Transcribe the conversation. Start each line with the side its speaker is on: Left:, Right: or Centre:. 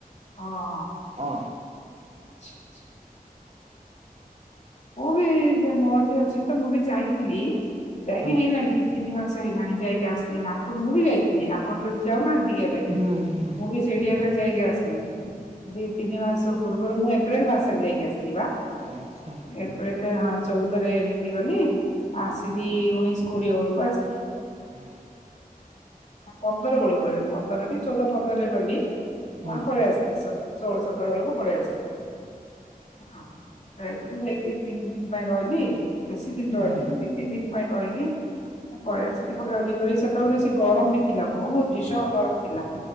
Left: ହଁ।
Right: ହଁ
Left: ହଁ। ମୁଁ ବି ଯେ ମୋର ବି ଅଛି ତ ମୁଁ ବି ଯାଇଥିଲି ଯାଇକି
Right: ହଁ
Left: ହେଇଲାଣି ଦି ତିନି ମାସ ହେଇଗଲାଣି ଯାଇକି ଆସିଲି ନା କ ମୁଁ ବି ଯାଇଥିଲି। ଆପଣ ଯୋଉଠି ଯାଉନାହାନ୍ତି କି ଏବେ
Right: ହୁଁ ହୁଁ
Left: ମୁଁ ବି ଟେଡିଆଟା ଯାଇକି ଆସିଲି, ଦି ତିନି ମାସ ପୂର୍ବରୁ ମୁଁ ଏପ୍ରିଲ ମାସରେ ଯାଇକି ଆସିଲି ବା।
Right: ଆଚ୍ଛା।
Left: ଏପ୍ରିଲରେ ହଁ ଚଉଦରେ ଏମିତି ଗଲି, ଆସିଲି ଉଣେଇଶ କୋଡିଏ ବେଳକୁ ଆସିଲି
Right: ହୁଁ।
Left: ପନ୍ଦର ବେଳୁ ପଳେଇ ପନ୍ଦର କି ଚଉଦ ପନ୍ଦରରେ ଗଲି କଣ
Right: ହୁଁ
Left: ପଳେଇ ଆସିଥି ସ ଷୋହଳ ସତର ବେଳକୁ ପଳେଇ ଆସଥିଲି। ହଁ। ଏ ଏଇ ଦି ତିନି ଦିନ ପାଇଁ ରହିଲି, ବେଶୀ ଦିନ ରହିଲିି
Right: ହୁଁ
Left: ନି ଦି ତିନି ଦିନ ପାଇଁ ରହିଲି, ପଳେଇ ଆସଥି ବୁଲାବୁଲି କରି ସେତେବେଳେ ବେଶୀ ଗରମ ବି ଥିଲା ବହୁତ ଭୀଷଣ ଗରମ ଥିଲା